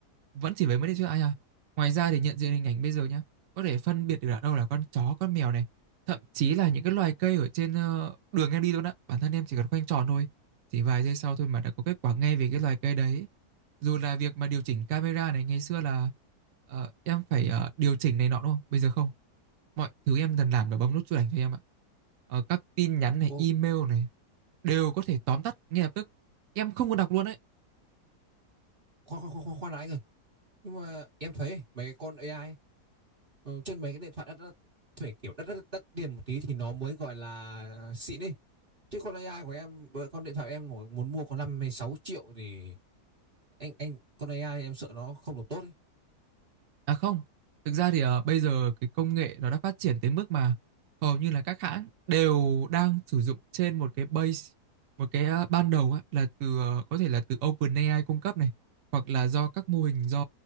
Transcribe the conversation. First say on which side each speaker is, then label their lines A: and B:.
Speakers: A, on the right; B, on the right.
A: vẫn chỉ với mấy đứa trước anh à ngoài ra thì nhận diện hình ảnh bây giờ nhá có thể phân biệt được ở đâu là con chó con mèo này thậm chí là những cái loài cây ở trên ờ, đường em đi luôn á bản thân em chỉ cần khoanh tròn thôi chỉ vài giây sau thôi mà đã có kết quả ngay về cái loài cây đấy dù là việc mà điều chỉnh camera này ngày xưa là ờ, em phải ờ, điều chỉnh này nọ đúng không bây giờ không mọi thứ em dần làm là bấm nút chụp ảnh cho em ạ Ờ, các tin nhắn này
B: Ồ,
A: email này đều có thể tóm tắt ngay lập tức em không cần đọc luôn đấy
B: khoan khoan khoan khoan khoan đã anh ơi. Nhưng mà em thấy mấy cái con AI ấy, ờ, trên mấy cái điện thoại đắt đắt phải kiểu đắt đắt đắt tiền một tí thì nó mới gọi là xịn đi. Chứ con AI của em, với con điện thoại em mà muốn mua có 5 hay 6 triệu thì anh anh con AI em sợ nó không được tốt ý.
A: À không, thực ra thì ờ, bây giờ cái công nghệ nó đã phát triển tới mức mà hầu như là các hãng đều đang sử dụng trên một cái base, một cái ờ, ban đầu á, là từ ờ, có thể là từ OpenAI cung cấp này hoặc là do các mô hình do